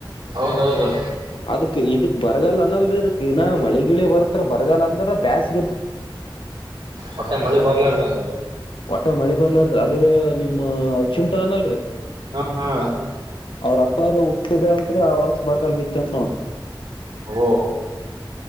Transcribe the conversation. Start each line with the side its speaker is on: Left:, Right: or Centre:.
Right: ಹೌದೌದು
Left: ಅದುಕ್ಕೆ ಇದುಕ್ ಬರಗಾಲನಾ ನ ಮಳಿ ಗಿ ಬರ್ತ ಬರಗಲ್ಲ ಅಂದ್ರ ಬ್ಯಸ್
Right: ಹೊಟ್ಟೆ ಮಳಿ ಬರ್ಲಾಡ್ಗೆ
Left: ಒಟ್ಟ ಮಳಿ ಬರ್ಲಾರ ಅದ್ರ ನಿಮ್ಮ ಅ ಚುಂಟಾ ಅನಲ್ರಿ
Right: ಹಾ ಹಾ
Left: ಅವ್ರ ಅಪ್ಪಾರರು ಹುಟ್ಟಿದ ಅಂ ಆ ವರ್ಷ ಬರ್ಗಲ್ ಬಿತ್ತ ಅಂತ ನಂಟ್ರಿ
Right: ಹ